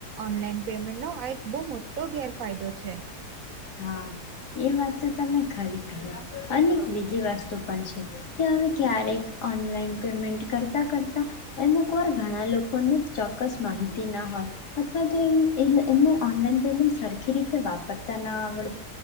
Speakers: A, on the right (about 65°); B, on the left (about 75°).
A: ઓનલાઈન પેમેન્ટ નો આ એક બહુ મોટો ગેરફાયદો છે.
B: હા એ વાત તો તમે ખરી કહી, અને બીજી વસ્તુ પણ છે કે હવે ક્યારેક ઓનલાઈન પેમેન્ટ કરતા કરતા, એમ કોર ઘણા લોકોને. ચોક્કસ માહિતી ના હોય. અથવા તો એમ એ એમને ઓનલાઈન પેમેન્ટ સરખી રીતે વાપરતા ન હો